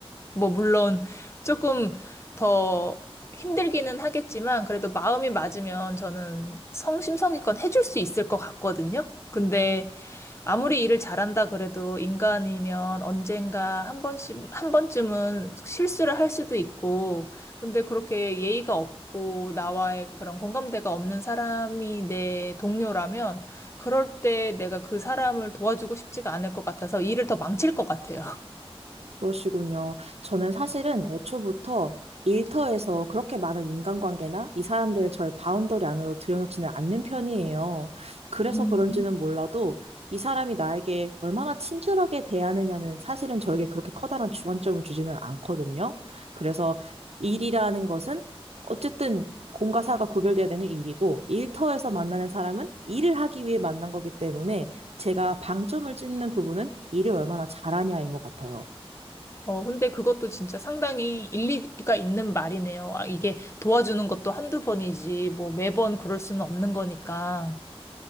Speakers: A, on the left; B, on the right.
A: 뭐 물론 조금 더 힘들기는 하겠지만 그래도 마음이 맞으면 저는 성심성의껏 해줄 수 있을 것 같거든요. 근데 아무리 일을 잘한다 그래도 인간이면 언젠가 한 번씩, 한 번쯤은 실수를 할 수도 있고, 근데 그렇게 예의가 없고, 나와의 그런 공감대가 없는 사람이 내 동료라면, 그럴 때 내가 그 사람을 도와주고 싶지가 않을 것 같아서 일을 더 망칠 것 같아요.
B: 그러시군요. 저는 사실은 애초부터 일터에서 그렇게 많은 인간관계나 이 사람들을 저의 바운더리 안으로 들여놓지는 않는 편이에요. 그래서
A: 음.
B: 그런지는 몰라도 이 사람이 나에게 얼마나 친절하게 대하느냐는 사실은 저에게 그렇게 커다란 주관점을 주지는 않거든요. 그래서 일이라는 것은 어쨌든 공과 사가 구별돼야 되는 일이고 일터에서 만나는 사람은 일을 하기 위해 만난 거기 때문에 제가 방점을 찍는 부분은 일을 얼마나 잘하냐인 것 같아요.
A: 어, 근데 그것도 진짜 상당히 일리가 있는 말이네요. 아, 이게 도와주는 것도 한두 번이지, 뭐 매번 그럴 수는 없는 거니까.